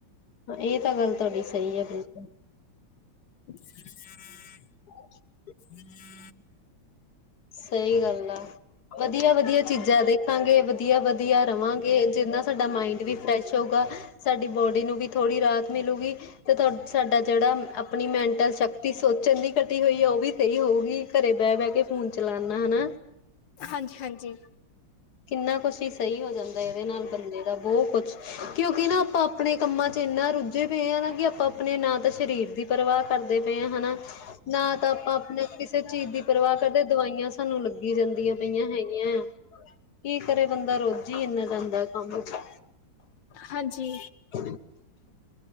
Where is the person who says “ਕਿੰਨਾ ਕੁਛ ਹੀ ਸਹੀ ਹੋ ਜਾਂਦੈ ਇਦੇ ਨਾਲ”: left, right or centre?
Left